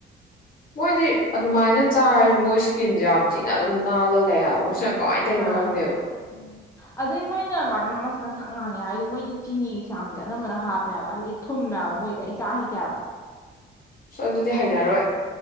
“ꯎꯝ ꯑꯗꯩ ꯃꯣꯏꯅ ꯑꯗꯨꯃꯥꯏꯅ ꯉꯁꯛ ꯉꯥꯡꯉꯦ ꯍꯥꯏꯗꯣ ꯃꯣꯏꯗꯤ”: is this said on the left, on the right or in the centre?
Left